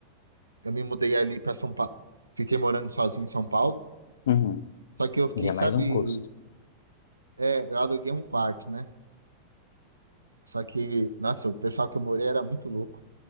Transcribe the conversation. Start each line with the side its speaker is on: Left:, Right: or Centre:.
Right: eu me mudei ali para São Paulo. Fiquei morando sozinho em São Paulo.
Left: Uhum.
Right: Só que eu fiquei,
Left: Já é
Right: sabe,
Left: mais um custo.
Right: é, eu aluguei um quarto, né? Só que, nossa, o pessoal que eu morei era muito louco.